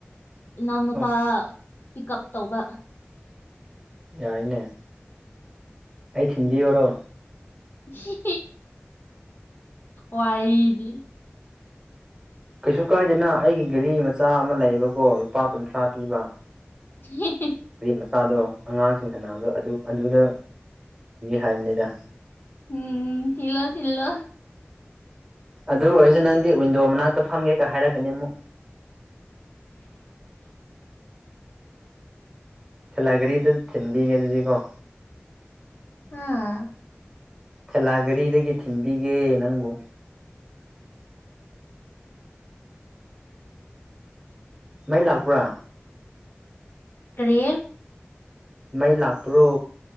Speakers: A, on the left; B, on the right.
A: ꯏꯅꯥꯎꯅꯨꯄꯥ
B: ꯑꯣ
A: ꯄꯤꯛ ꯑꯞ ꯇꯧꯕ
B: ꯌꯥꯏꯅꯦ ꯑꯩ ꯊꯤꯟꯕꯤꯌꯣꯔꯣ
A: ꯁꯤ ꯋꯥꯔꯤꯗꯤ
B: ꯀꯩꯁꯨ ꯀꯥꯏꯗꯦꯅ ꯑꯩꯒꯤ ꯒꯥꯔꯤ ꯃꯆꯥ ꯑꯃ ꯂꯩꯌꯦꯕꯀꯣ ꯂꯨꯄꯥ ꯀꯨꯟꯊ꯭ꯔꯥ ꯄꯤꯕ
A: ꯍꯤ
B: ꯅꯨꯄꯤ ꯃꯆꯥꯗꯣ ꯑꯉꯥꯡꯁꯤꯡ ꯁꯅꯥꯕꯗꯨ ꯑꯗꯨ ꯑꯗꯨꯗ ꯍꯥꯏꯕꯅꯤꯗ
A: ꯎꯝ ꯊꯤꯜꯂꯣ ꯊꯤꯜꯂꯣ
B: ꯑꯗꯨ ꯑꯣꯏꯔꯁꯨ ꯅꯪꯗꯤ ꯋꯤꯟꯗꯣ ꯃꯅꯥꯛꯇ ꯐꯝꯒꯦ ꯀ ꯍꯥꯏꯔꯛꯀꯅꯤ ꯑꯃꯨꯛ
A: <inaudible>
B: ꯊꯂꯥꯏꯒꯔꯤꯗ ꯊꯤꯟꯕꯤꯒꯦ ꯑꯗꯨꯗꯤꯀꯣ
A: ꯍꯥ
B: ꯊꯦꯂꯥ ꯒꯥꯔꯤꯗꯒꯤ ꯊꯤꯟꯕꯤꯒꯦ ꯅꯪꯕꯨ ꯃꯩ ꯂꯥꯛꯄ꯭ꯔꯥ
A: ꯀꯔꯤ
B: ꯃꯩ ꯂꯥꯛꯄ꯭ꯔꯣ